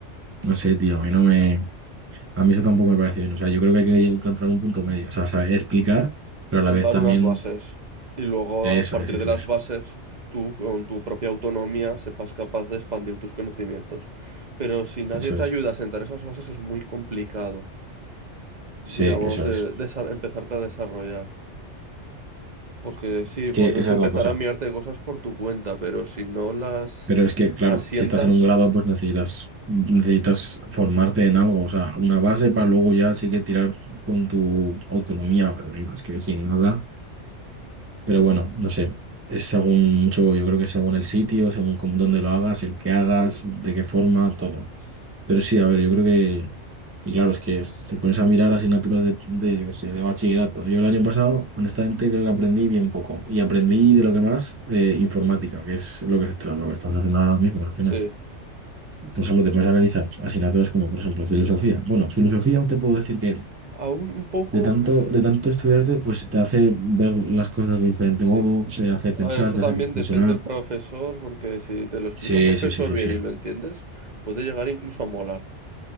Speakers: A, on the right; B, on the right.
A: No sé, tío, a mí no me, a mí eso tampoco me parece bien. O sea, yo creo que hay que encontrar un punto medio. O sea, saber explicar, pero a
B: tentar
A: la vez también,
B: unas bases y luego
A: eso
B: a partir
A: es, eso
B: de las
A: es,
B: bases tú con tu propia autonomía sepas capaz de expandir tus conocimientos. Pero si nadie
A: eso
B: te
A: es.
B: ayuda a sentar esas bases es muy complicado, digamos,
A: Sí, eso
B: de,
A: es.
B: desa- empezarte a desarrollar. Porque sí,
A: Es
B: pues
A: que esa
B: es empezar
A: es la cosa.
B: a mirarte cosas por tu cuenta, pero si no las
A: Pero es que, claro,
B: asientas...
A: si estás en un grado, pues necesitas, necesitas formarte en algo. O sea, una base para luego ya sí que tirar con tu autonomía. Pero digo, es que sin nada. Pero
B: mm,
A: bueno, no sé. Es según mucho, yo creo que según el sitio, según cómo, dónde lo hagas, el que hagas,
B: Sí,
A: de qué forma, todo. Pero sí, a ver, yo creo que Y claro, es que te pones a mirar asignaturas de, de, yo qué sé, de bachillerato. Yo el año pasado, honestamente, creo que aprendí bien poco. Y aprendí de lo que más, eh, informática, que es lo que, est- lo que estamos haciendo ahora mismo, al final.
B: sí.
A: Por ejemplo, te puedes analizar asignaturas como, por ejemplo, filosofía. Bueno, filosofía aún te puedo decir que
B: Aún un poco...
A: de tanto,
B: uf,
A: de tanto estudiarte, pues te hace ver las cosas de diferente
B: Sí.
A: modo, te hace pensar,
B: A ver, eso
A: te
B: también
A: hace reflexionar.
B: depende del profesor, porque si te lo explica
A: Sí,
B: un profesor
A: sí, sí, sí,
B: bien
A: sí.
B: y lo entiendes, puede llegar incluso a molar.